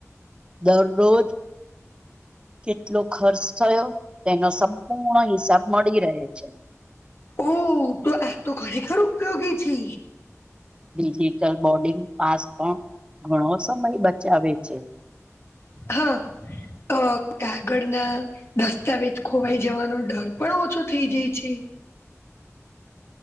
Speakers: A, on the right; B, on the left.
A: દરરોજ કેટલો ખર્ચ થયો તેનો સંપૂર્ણ હિસાબ મળી રહે છે
B: ઓહ તું આ તો ખરેખર ઉપયોગી છે.
A: ડિજિટલ બોર્ડિંગ પાસ પણ ઘણો સમય બચાવે છે.
B: હા, અહ આગળ ના દસ્તાવેજ ખોવાઈ જવાનો ડર પણ ઓછો થઈ જાય છે.